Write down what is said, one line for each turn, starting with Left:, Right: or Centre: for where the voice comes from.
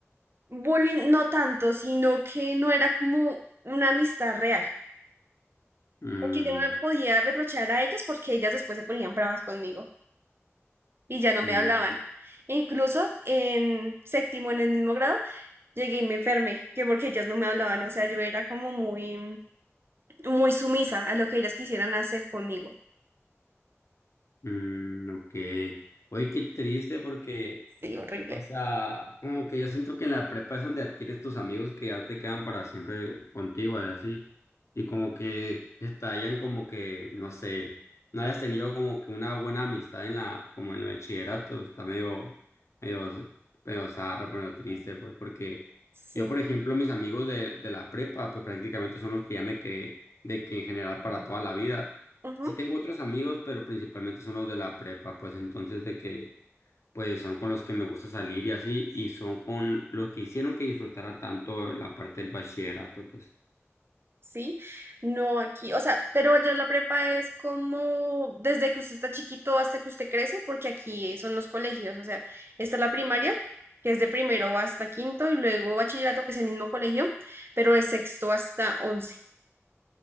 Right: Bullying no tanto, sino que no era como una amistad real,
Left: Mm,
Right: porque yo no podía reprochar a ellas porque ellas después se ponían bravas conmigo. y ya no
Left: mm,
Right: me hablaban. Incluso en séptimo, en el mismo grado, llegué y me enfermé, que porque ellas no me hablaban, o sea, yo era como muy, mm, muy sumisa a lo que ellas quisieran hacer conmigo.
Left: mm, ok. Oye, qué triste porque
Right: Sí, horrible.
Left: O sea, como que yo siento que en la prepa es donde adquieres tus amigos que ya te quedan para siempre contigo, y así. Y como que estallan como que, no sé, no hayas tenido como que una buena amistad en la, como en el bachillerato. Está medio, medio, medio zarra, medio triste, pues, porque
Right: Sí.
Left: yo, por ejemplo, mis amigos de, de la prepa, pues prácticamente son los que ya me quedé, de que en general para toda la vida.
Right: ujú,
Left: Sí tengo otros amigos, pero principalmente son los de la prepa, pues entonces de que pues son con los que me gusta salir y así, y son con los que hicieron que disfrutara tanto la parte del bachillerato, pues.
Right: Sí, no aquí, o sea, pero ya la prepa es como desde que usted está chiquito hasta que usted crece, porque aquí son los colegios, o sea, está la primaria, que es de primero hasta quinto, y luego bachillerato, que es el mismo colegio, pero de sexto hasta once.